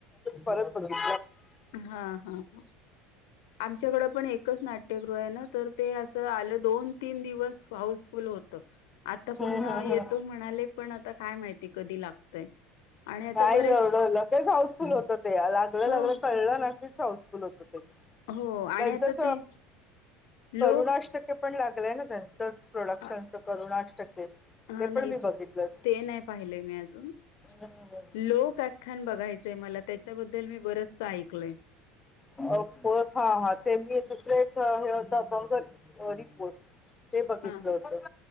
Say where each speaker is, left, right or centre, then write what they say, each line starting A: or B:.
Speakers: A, on the left; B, on the left.
A: परत बघितलं
B: हा हा हा आमच्याकडे पण एकच नाट्य ग्रृह आहे तर अस आलं दोन तीन दिवस हाऊसफुल होत आता पुन्हा
A: हम्म, हम्म, हम्म.
B: येतो म्हणाले पण आता काय माहिती कधी लागतय आणि आता
A: नाही
B: बरेच
A: एवढं लगेच हाऊसफुल होतं ते लागलं
B: हो
A: लागलं कळलं न की लगेच हाऊसफुल होतं
B: हो आणि
A: त्यांचच
B: आता ते
A: करुणाष्टके
B: लोक
A: पण लागलाय ना त्यांचच प्रोडक्शनचं
B: अ
A: करुणाष्टके
B: हा
A: ते
B: नाही
A: पण मी बघितलं
B: ते नाही पाहिलंय मी अजून
A: हम हम
B: लोक व्याख्यान बघायचंय मला त्याच्याबद्दल मी बरस ऐकलय
A: अ हो हा हा ते मी दुसर एक हे होत कोणतं बीग पोस्ट ते बघितलं
B: हा
A: होत